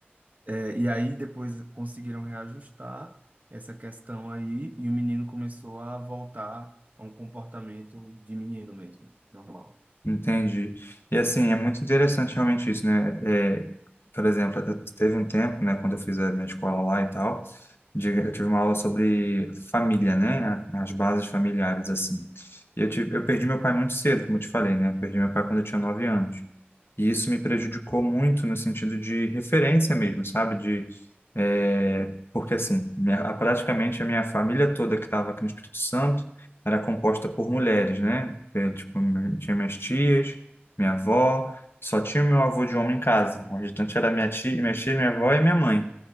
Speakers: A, on the right; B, on the left.
A: é, e aí depois conseguiram reajustar essa questão aí e o menino começou a voltar a um comportamento de menino mesmo, normal.
B: Entendi. E assim, é muito interessante realmente isso, né? É, por exemplo, eu- teve um tempo, né, quando eu fiz a minha escola lá e tal, de- eu tive uma aula sobre família, né? a- As bases familiares, assim. E eu, tive, eu perdi meu pai muito cedo, como eu te falei, né? Eu perdi meu pai quando eu tinha nove anos. E isso me prejudicou muito no sentido de referência mesmo, sabe? De, é, porque assim, minha, a- praticamente a minha família toda que estava aqui no Espírito Santo, era composta por mulheres, né? Eh, tipo, tinha minhas tias, minha avó, só tinha meu avô de homem em casa. O restante era minha tia, minha tia, minha avó e minha mãe.